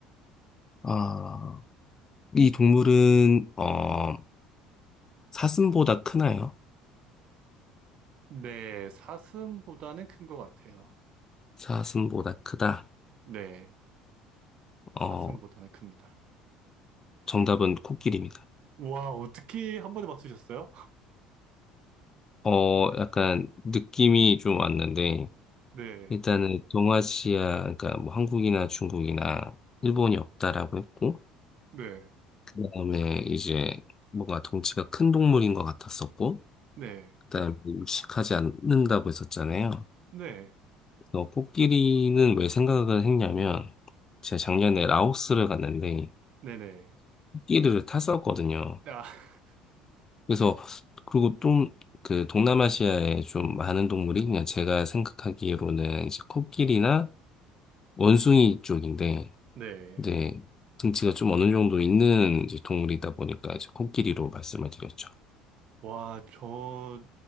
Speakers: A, on the left; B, on the right.
A: 아. 이 동물은 어 사슴보다 크나요?
B: 네, 사슴보다는 큰 것 같아요.
A: 사슴보다 크다.
B: 네, 사슴보다는
A: 어
B: 큽니다.
A: 정답은 코끼리입니다.
B: 와, 어떻게 한 번에 맞추셨어요? <laughs>
A: 어 약간 느낌이 좀 왔는데
B: 네,
A: 일단은 동아시아 그러니까 뭐 한국이나 중국이나 일본이 없다라고 했고
B: 네,
A: 그다음에 이제 뭔가 덩치가 큰 동물인 것 같았었고
B: 네,
A: 그다음에 육식하지 않는다고 했었잖아요.
B: 네,
A: 그래서 코끼리는 왜 생각을 했냐면 제가 작년에 라오스를 갔는데
B: 네네.
A: 끼리를 탔었거든요.
B: 아, <laughs>
A: 그래서 그리고 좀 그 동남아시아에 좀 많은 동물이 그냥 제가 생각하기로는 이제 코끼리나 원숭이 쪽인데
B: 네.
A: 이제 등치가 좀 어느 정도 있는 이제 동물이다 보니까 이제 코끼리로 말씀을 드렸죠.
B: 와, 저